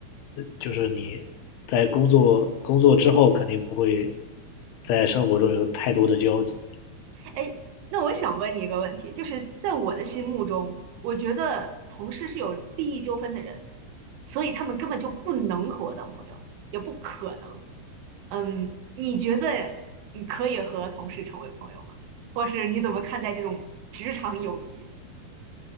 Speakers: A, on the left; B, on the right.
A: 就是你在工作工作之后，肯定不会在生活中有太多的交集。
B: 哎，那我想问你一个问题，就是在我的心目中，我觉得同事是有利益纠纷的人，所以他们根本就不能和我当朋友，也不可能。嗯，你觉得你可以和同事成为朋友吗？或是你怎么看待这种职场友谊？